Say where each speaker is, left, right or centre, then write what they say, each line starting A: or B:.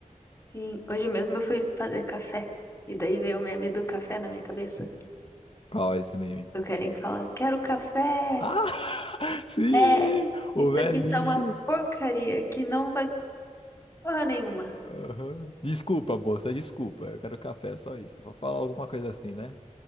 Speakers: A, on the left; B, on the left.
A: sim. Hoje mesmo eu fui fazer café. E daí veio o meme do café na minha cabeça.
B: Qual é esse meme?
A: Do carinha que fala, quero café!
B: Ah! <laughs> Sim!
A: É, é!
B: O
A: isso
B: velhinho!
A: aqui tá uma porcaria que não vai porra nenhuma.
B: Aham. Desculpa, moça, desculpa. Eu quero café, só isso. Vou falar alguma coisa assim, né?